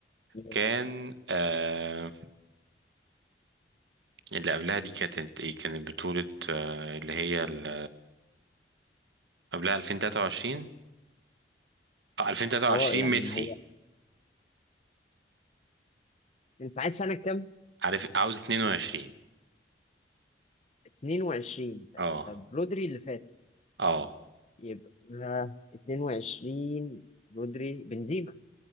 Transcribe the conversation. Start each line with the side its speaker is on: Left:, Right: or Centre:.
Left: اه
Right: كان آه اللي قبلها دي كانت ايه كانت بطولة آه اللي هي ال- قبلها 2023 آه، 2023
Left: آه، يعني
Right: ميسي
Left: هو أنت عايز سنة كام؟
Right: عارف عاوز 22
Left: 22
Right: اه
Left: طب رودري اللي فات
Right: اه
Left: يبقى 22 رودري بنزيما